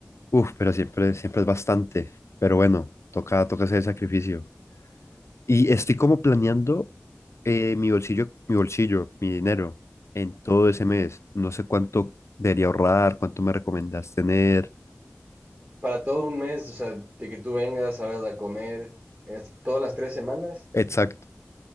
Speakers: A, on the left; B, on the right.
A: Uf, pero siempre, siempre es bastante. Pero bueno, toca, toca hacer el sacrificio. Y estoy como planeando eh, mi bolsillo, mi bolsillo, mi dinero en todo ese mes. No sé cuánto debería ahorrar, cuánto me recomendás tener.
B: Para todo un mes, o sea, de que tú vengas, salgas a comer, es- todas las tres semanas,
A: Exacto.